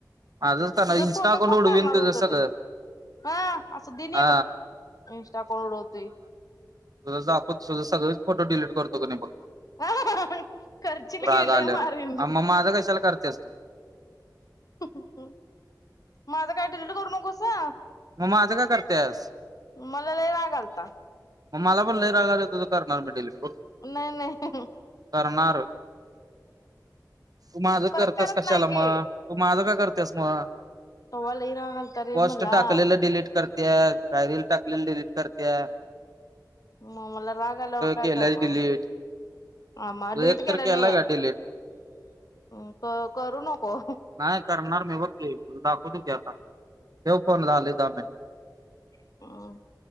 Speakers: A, on the right; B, on the left.
A: माझंच करणार
B: तुझं
A: इन्स्टा
B: फोटो
A: अकाउंट
B: पण
A: उडवीन
B: करणार
A: तुझं
B: होतं
A: सगळं
B: डिलिट. हं, असं दिनं
A: हा
B: एकच <unintelligible>
A: तुला दाखवतो तुझं, सगळंच फोटो डिलीट करतो का नाही बघ.
B: <unintelligible> करचील
A: राग
B: की, लय
A: आल्यावर
B: मारीन.
A: मग माझं कशाला करतेस तू
B: माझं, काय डिलीट करू नकोस अ.
A: म माझं का करतियास?
B: मला लय राग आलता
A: मला पण लय राग आल्याव. तुझं, करणार मी डिलिट बघ तू
B: नाही नाही
A: करणार. तू माझं
B: परत
A: करतेयस
B: करत
A: कशाला
B: नाही की
A: मग? तू माझं का करतेस मग?
B: तवा लय राग आलता रे
A: पोस्ट
B: मला.
A: टाकलेलं डिलीट करतेयास, काय रील टाकलेली डिलीट करतेया.
B: मग मला राग आल्यावर काय
A: केल्यास
B: करणार
A: डिलीट
B: मग. आ
A: तुझं
B: मा डिलीट
A: एक तर
B: केलं
A: केलाय
B: नाही.
A: का डिलीट
B: अ क करू नको.
A: नाही करणार मी बघ की तुला दाखवतो की, आता. <unintelligible>
B: <unintelligible>